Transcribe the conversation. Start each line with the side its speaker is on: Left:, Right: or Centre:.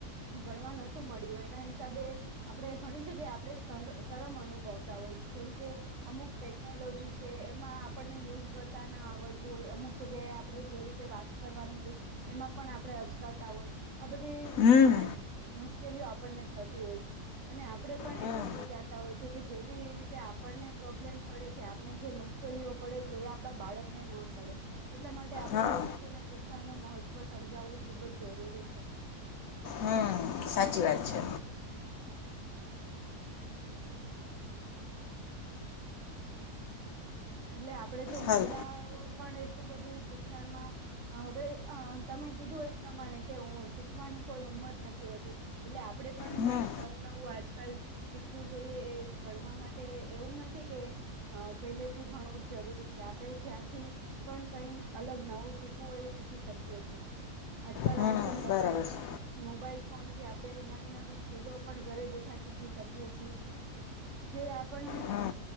Right: ભણવા નહોતું મળ્યું એના હિસાબે આપણેે ઘણી જગ્યાએ આપડ સરરમ અનુભવતા હોય જેમ કે અમુક ટેકનોલોજી છે એમાં આપણને યુઝ કરતા ના આવડતું હોય અમુક જગ્યાએ આપણે જે રીતે વાત કરવાની હોય એમાં પણ આપણે અચકાતા હોય આપ બધી
Left: હમ
Right: આ મુશ્કેલીઓ આપણને થતી હોય છે અને આપણે પણ
Left: હમ
Right: એટલું જ વિચારતા હોય છે કે જેવી રીતે આપ ને પ્રોબ્લેમ પડે છે આપને જે મુશ્કેલીઓ પડે છે એ આપ બાળકને ના પડે એટલા માટે આપણેે
Left: હા
Right: એ લોકો ને શીખ શિક્ષણ નું મહત્વ સમજાવવું ખુબ જ જરૂરી છે
Left: હમ સાચી વાત છે
Right: એટલે આપડે જો મહિલા
Left: હાલ
Right: પણ એટલું બધું શિક્ષણમાં હવે તમે કીધું એ પ્રમાણે કે હું શીખવાની કોઈ ઉમર નથી હોતી એટલે આપડે પણ
Left: હમ
Right: કઈક નવું નવું આજકાલ શીખવું જોઈએ એ ભણવા માટે એવું નથી કે અ પહેલે થી ભણવું જ જરૂરી છે આપણે જ્યાંથી પણ કઈ અલગ નવું શીખવું હોય ી શકી આજલ
Left: હમ
Right: આ જે મોબાઈલ
Left: બરાબર છે
Right: મોબાઈલ ફોન થી આપડણે નવી નવી સ્કીિલો પણ ઘરે બેઠા શીખી શકીએ છીએ જે આપણે
Left: હમ